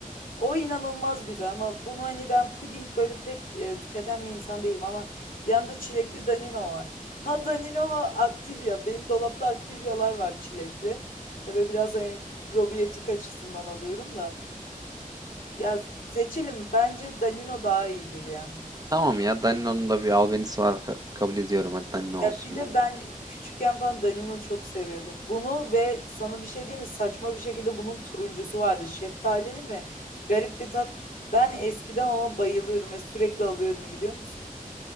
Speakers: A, on the left; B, on the right.
A: O inanılmaz güzel ama bunu hani ben puding böyle pek e, tüketen bir insan değilim ama yanında çilekli Danino var. Ha Danino ha Activia. Benim dolapta Activia'lar var çilekli. Tabii biraz hani probiyotik açısından alıyorum da. Ya seçelim. Bence Danino daha iyidir ya.
B: Tamam ya Danino'nun da bir albenisi var ka- kabul ediyorum. Hadi Danino
A: Ya
B: olsun
A: bir de
B: bunu.
A: ben küçükken falan Danino çok seviyordum. Bunu ve sana bir şey diyeyim mi? Saçma bir şekilde bunun turuncusu vardı. Şeftalili mi? Garip bir tat. Ben eskiden ona bayılıyordum ve sürekli alıyordum biliyor musun?